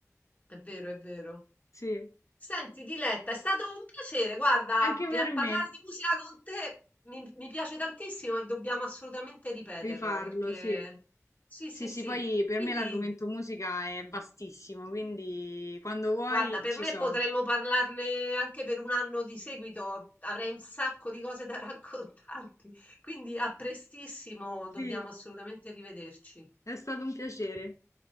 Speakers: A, on the left; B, on the left.
A: È vero, è vero.
B: Sì,
A: Senti, Diletta, è stato un piacere, guarda,
B: anche
A: pia-
B: per
A: parlare
B: me
A: di musica con te mi, mi piace tantissimo e dobbiamo assolutamente ripeterlo
B: rifarlo,
A: perché
B: sì.
A: sì,
B: Sì,
A: sì,
B: sì,
A: sì.
B: poi per
A: Quindi,
B: me l'argomento musica è vastissimo, quindi quando vuoi
A: guarda, per
B: ci
A: me
B: sono.
A: potremmo parlarne anche per un anno di seguito, avrei un sacco di cose da <laughs> raccontarti. Quindi, a prestissimo, dobbiamo
B: Sì,
A: assolutamente rivederci.
B: è stato un piacere.